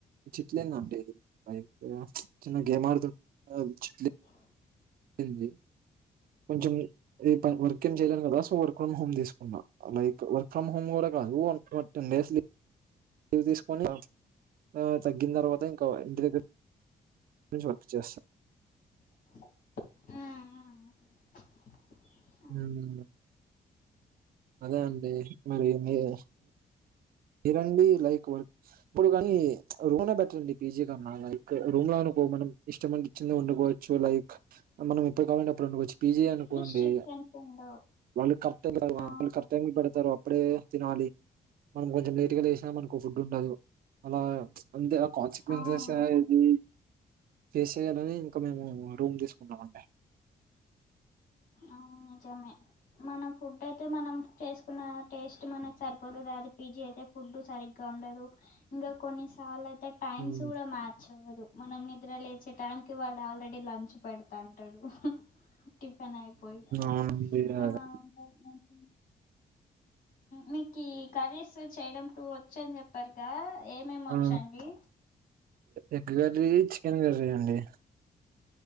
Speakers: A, on the right (about 75°); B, on the left (about 65°).
A: చిట్లేందండి బైక్ చిన్న గేమ్ ఆదు చిట్లిందండి
B: ఆ
A: ది కొంచెం రే వర్క్ ఏం చేయలేను కదా సో వర్క్ ఫ్రమ్ హోమ్ తీసుకున్నా లైక్ వర్క్ ఫ్రమ్ హోమ్ కూడా కాదు టెన్ డేస్ లీవ్ తీసుకని ఆ తగ్గిన తర్వాత ఇంకా ఇంటి దగ్గర నుంచి వర్క్ చేస్తా
B: హ్మ్మ్ ఆ ఆ
A: హమ్ అదే అండి మరి మీరూ ఇదండీ లైక్ వర్క్ ఇప్పుడు కానీ రూమ్ బెటర్ అండి పీజీ కన్నా రూమ్ లో అనుకో మనం ఇష్టము వచ్చింది వండుకోవచ్చు సో లైక్ మనం ఏప్పుడు కావాలంటే అప్పుడు వండుకోవచ్చు పీజి అనుకోండి
B: రిస్ట్రిక్షన్స్ ఉండవు
A: వాళ్ళు కరెక్ట్ వాళ్ళు
B: ఆ
A: కరెక్ట్ టైమ్ కి పెడతారు అప్పుడే తినాలి మనం కొంచెం లేట్ గా లేసినా మనూకో ఫుడ్ ఉండదు అలా అంతే ఆ కాన్సిక్వెన్సెస్
B: అవును
A: ఇది ఫేస్ చేయాలని ఇంకా మేము రూమ్ తీసుకున్నామండి.
B: ఆ నిజమే. మన ఫుడ్ అయితే మనం చేసుకున్న టేస్ట్ మనకి సరిపోతది అది. పిజీ అయితే ఫుడ్ సరిగ్గా ఉండదు ఇంగా కొన్నిసార్లు అయితే టైమ్స్
A: ఉమ్
B: కూడా మ్యాచ్ అవ్వదు. మనం నిద్ర లేచే టైం కి వాడు ఆల్రెడీ లంచ్ పెడతాంటడు. టిఫన్ అయిపోయి
A: అవునండి అదే
B: అలా ఉంటది <inaudible> మీకి కర్రీస్ చేయడం టూ వచ్చని చెప్పారుగా ఏ మేం వచ్చండి.
A: ఆ ఎగ్ కర్రీ, చికెన్ కర్రీ అండి.